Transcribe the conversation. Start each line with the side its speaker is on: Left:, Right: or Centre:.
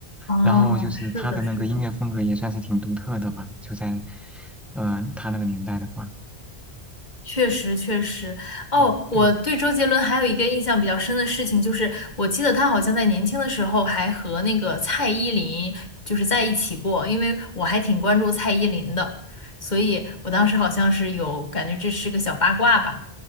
Left: 哦，
Centre: 然后就是他的那个音乐风格也算是挺独特的吧，
Left: 是的，是的。
Centre: 就在，呃，他那个年代的话，
Left: 确实，确实。哦，
Centre: 嗯，
Left: 我对周杰伦还有一个印象比较深的事情，
Centre: 对，
Left: 就是我记得他好像在年轻的时候还和那个蔡依林就是在一起过，因为我还挺关注蔡依林的，所以我当时好像是有感觉这是个小八卦吧，